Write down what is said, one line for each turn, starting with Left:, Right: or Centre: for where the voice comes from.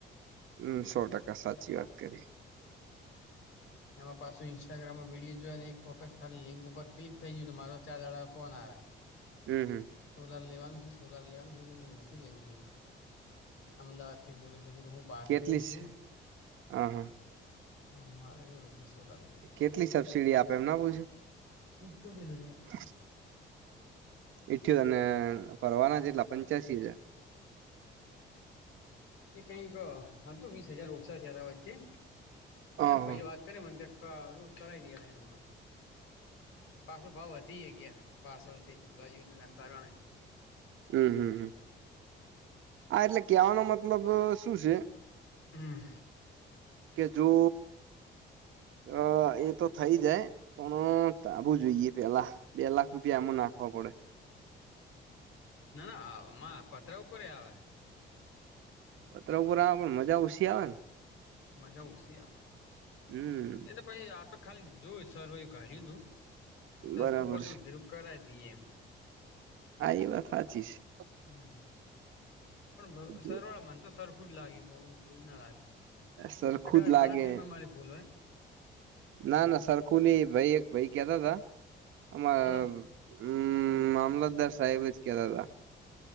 Right: હમ સો ટકા સાચી વાત કરી.
Left: એમાં પાછું ઇન્સ્ટાગ્રામમાં વિડીિયો જોયો ને એક વખત ખાલી લિંક ઉપર ક્લિક થઈ ગયું તો મારો ચાર દાડામાં ફોન આવે.
Right: હમ હમ
Left: સોલાર લેવાનું છે, સોલાર લેવાનું નથી, મેં કીધું નથી લેવું ભાઈ. અમદાવાદ થી બોલું છું એમ કીધું, હું પાટણથી
Right: કેટલી
Left: છું.
Right: સ- હા હા
Left: હમ મારે કીધું નથી સોડાવવી.
Right: કેટલી સબસિડી આપે એમ ના પૂછ્યું?
Left: ઇઠયોતેર હજાર
Right: <unintelligible> ઇઠયોતેર ને ભરવાના ચેટલા પંચ્યાસી હજાર?
Left: એ કઈક હતું વીસ હજાર ઓછા થ્યા તા વચ્ચે, ખબર
Right: હા
Left: નહિ પહી
Right: હા
Left: વાત છે ને મન કહે કરવુ હોય તો કરાઈ દેવાય એમાં, પાછો ભાવ વધી એ ય ગયા. પાસળ થી પેલા યુદ્ધ ના કારણે.
Right: હમ હમ હમ હા એટલે કેહેવાનો મતલબ શું છે.
Left: હમ.
Right: કે જો અ એ તો થઈ જાય પણ ધાબું જોઈએ પહેલા. બે લાખ રૂપિયા એમાં નાખવા પડે.
Left: ના ના આ આમાં પતરા ઉપર એ ય આવે.
Right: પતરા ઉપર આવે પણ મજા ઓછી આવે ને.
Left: મજા ઓછી આવે,
Right: હમ
Left: એને પહી આ તો ખાલી જોયુ, સરવૈયું કાઢ્યું તું,
Right: બરાબર
Left: સસ્તું પડતું
Right: છે
Left: જ ધીરું કરાઇ દઈએ એમ.
Right: હા એ વાત સાચી છે.
Left: હમ પણ
Right: છે
Left: મ સરવાળે મન તો સરખું જ લાગ્યું, બહુ એવું ના લાગ્યું.
Right: સરખું
Left: <unintelligible>
Right: જ લાગે
Left: ગણતરીમાં મારી ભૂલ હોય.
Right: ના ના સરખું નહી એ ભાઈ એક ભાઈ કેતા તા, અમાર
Left: હોય
Right: હમ્મ મામલતદાર સાહેબ જ કેતા હતા.